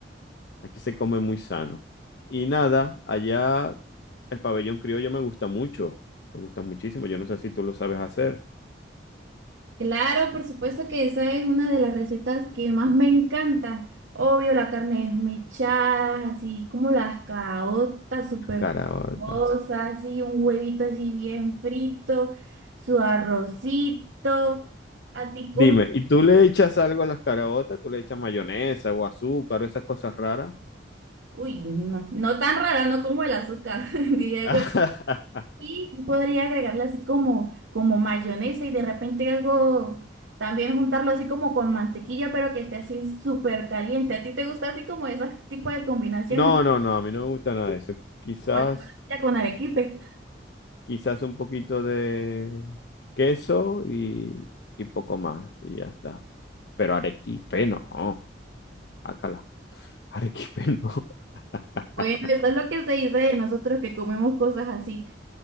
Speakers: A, on the left; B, on the right.
A: Aquí se come muy sano. Y nada, allá el pabellón criollo me gusta mucho. Me gusta muchísimo. Yo no sé si tú lo sabes hacer.
B: Claro, por supuesto que esa es una de las recetas que más me encanta. Obvio, la carne desmechada, así como las caraotas súper
A: Caraota.
B: cosas, así un huevito así bien frito, su arrocito, a ti como...
A: Dime, ¿y tú le echas algo a las caraotas? ¿Tú le echas mayonesa o azúcar o esas cosas raras?
B: Uy, no, no tan raro, no como el azúcar, <laughs> diría
A: <laughs>
B: yo. Y sí podría agregarle así como, como mayonesa y de repente algo, también juntarlo así como con mantequilla, pero que esté así súper caliente. ¿A ti te gusta así como ese tipo de combinaciones?
A: No, no, no, a mí no me gusta nada de eso. Quizás,
B: O la morcilla con arequipe.
A: quizás un poquito de queso y, y poco más, y ya está. Pero arequipe no, acala. Arequipe no, <laughs>
B: Bueno, eso es lo que se dice de nosotros que comemos cosas así.